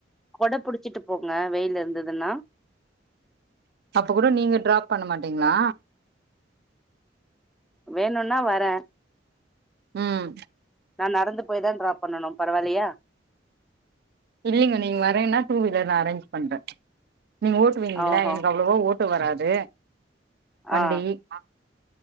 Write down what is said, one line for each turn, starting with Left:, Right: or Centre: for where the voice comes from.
Centre: கொட புடுச்சுட்டு போங்க வெயில் இருந்ததுனா
Right: அப்ப கூட நீங்க ட்ராப் பண்ண மாட்டீங்ளா
Centre: வேணுனா வரே
Right: உம்
Centre: நா நடந்து போய் தா ட்ராப் பண்ணனு பரவால்லயா
Right: இல்லைங்க நீங்க வரேனா டூ வீலர் நா அரேஞ் பண்றே நீங்க ஓட்டுவீங்ள
Centre: ஓஹோ
Right: எனக்கு அவ்ளவா ஓட் வராது வண்டி
Centre: ஆ
Right: ஆ